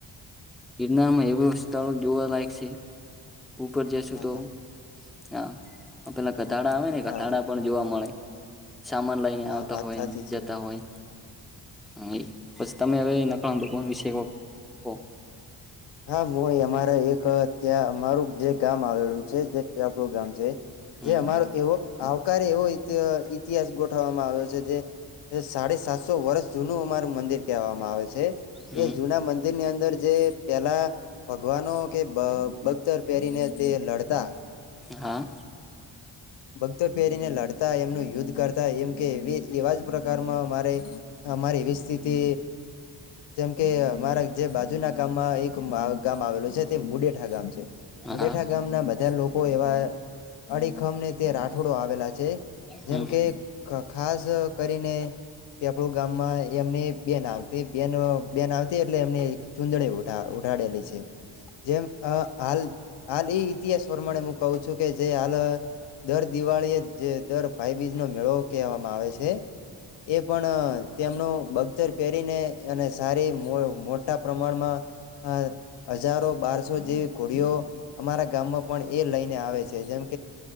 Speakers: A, in the centre; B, on the left (about 60°).
A: ગિરનારમાં એવું સ્થળો જોવા લાયક છે. ઉપર જશુ
B: હા
A: તો
B: હા
A: હા પેલા કધાડા આવે ને
B: હા
A: કધાડા પણ જોવા મળે સામાન લઇને
B: હા
A: આવતા
B: વાત
A: હોય
B: સાચી છે
A: જતા હોય હું પછી તમે હવે નકળ <unintelligible> વિશે કો
B: હા હું અમારા એક ત્યાં અમારું જે ગામ આવેલું છે, જેથી આપડું ગામ છે.
A: હમ
B: જે અમારો એવો આવકારે એવો ઇતિહાસ ગોઠવવામાં આવ્યો છે, જે સાડા સાતસો વર્ષ જૂનું અમારું મંદિર કહેવામાં આવે છે.
A: હમ
B: એ જુના મંદિરની અંદર જે પેલા ભગવાનો કે બ બગદર પહેરીને તે લડતા
A: હા.
B: <unintelligible> <inaudible> ભગદર પહેરીને લડતા એમનું યુદ્ધ કરતા એમ કે એવી એવા જ પ્રકારમાં અ મારે અમારી એવી સ્થિતિ જેમ કે અમારા જે બાજુ ના ગામમાં એક ગામ આવેલું છે તે મુડેઠા ગામ છે, મુડેઠા
A: હા
B: ગામ ના બધા લો એવા અડીખમને તે રાઠોડો આવેલા છે, જેમ
A: હમ
B: કે ખાસ કરીને કે આપડું ગામમાં એમની બેન આવતી બેન બેન આવતી એટલે એમને ચુંદડી ઉઢા ઉઢાડેલી છે, જેમ હાલ હાલ એ ઇતિહાસ પ્રમાણે હું કહું છું, કે જે હાલ દર દિવાળી જે દર ભાઈબીજનો મેળો કહેવામાં આવે છે, એ પણ તેમનું બગજર પહેરીને અને સારી મોટા પ્રમાણમાં અ હજારો બારસો જેવી ઘોડીઓ અમારા ગામમાં પણ એ લઈને આવે છે, જેમ